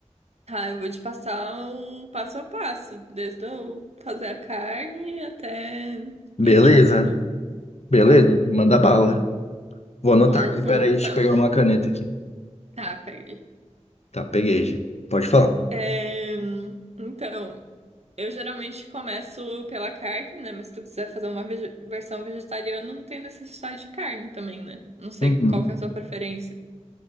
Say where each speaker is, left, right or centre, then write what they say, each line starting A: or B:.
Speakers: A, on the right; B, on the left.
A: Tá, eu vou te passar o passo a passo, desde eu fazer a carne até,
B: Beleza,
A: enfim, tudo.
B: beleza,
A: Tá.
B: manda bala. Vou anotar
A: Vamos,
B: aqui, peraí,
A: vamos começar.
B: deixa eu pegar uma caneta aqui.
A: Tá, peraí.
B: Tá, peguei já. Pode falar.
A: É, então, eu geralmente começo pela carne, né? Mas se tu quiser fazer uma vege- versão vegetariana, não tem necessidade de carne também, né? Não sei
B: Uhum.
A: qual que é a sua preferência.